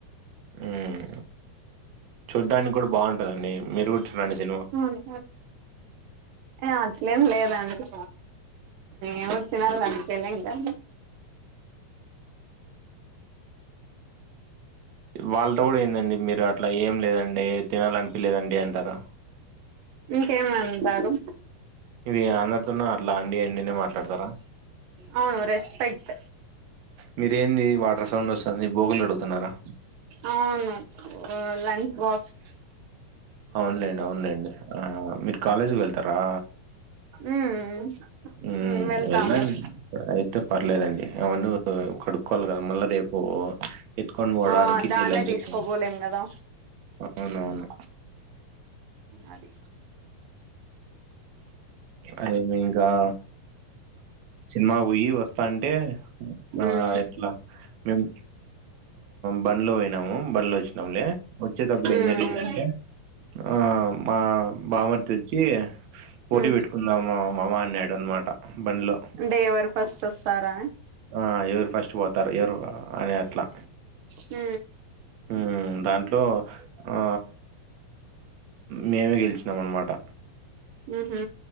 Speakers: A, on the right; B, on the right.
A: ఉమ్ చూడ్డానికి కూడా బాగుంటందండి మీరు కూడా చూడండి సినిమా
B: అవును ఏ అట్లేం లేదండి ఏమో తినాలనిపియలే ఇంకా
A: వాళ్ళతో కూడా ఏందండి మీరు అట్లా ఏం లేదండి తినాలనిపిలేదండి అంటారు
B: ఇంకేమంటారు
A: ఇది అందరితోన అట్లా అండి అండినే మాట్లాడతారా
B: అవును రెస్పెక్ట్
A: మీర ఏంది వాటర్ సౌండ్ వస్తుంది భోగులు కడుగుతున్నారా
B: అవును లంచ్ బాక్స్
A: అవునులేండి అవునులేండి ఆ మీరు కాలేజీకి వెళ్తారా
B: ఉమ్
A: ఉ
B: ఉమ్ వెళ్తాము
A: వెళ్లండి అయితే పర్లేదండి ఏమన్నా కడుక్కోవాలి కదా మళ్ళా రేపు ఎత్తుకొని పోవడానికి
B: ఆ దాన్నే
A: లంచ్
B: తీసుకోపోలేం
A: ఎత్క
B: కదా
A: అవునవును
B: అది
A: అదే లెండి ఆ సినిమా పోయి వస్తా అంటే ఆ
B: ఉమ్
A: ఎట్లా మేము బండ్లో పోయినాము బండ్లో వచ్చినాములే వచ్చేటప్పుడు
B: ఉమ్
A: ఏం జరిగిందంటే ఆ మా బామర్తి వచ్చి పోటీ
B: ఉమ్
A: పెట్టుకుందామా మామ అన్నాడు అనమాట బండ్లో
B: అంటే ఎవరు ఫస్ట్ వస్తారా
A: ఆ ఎవరు ఫస్ట్ పోతారు ఎవరు అనే అట్లా
B: హ
A: ఉమ్ దాంట్లో ఆ మేమే గెలిచినాం అన్నమాట
B: ఆహ